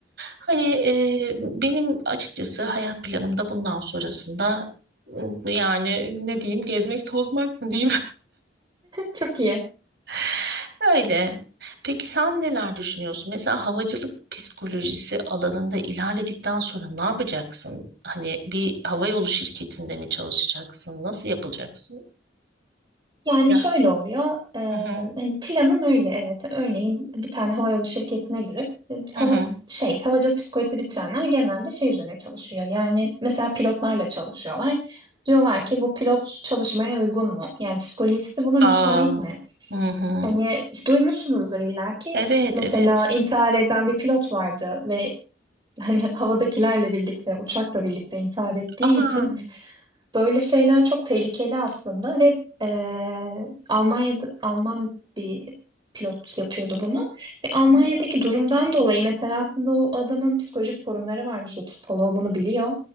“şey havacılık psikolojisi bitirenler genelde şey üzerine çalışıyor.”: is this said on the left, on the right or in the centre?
Right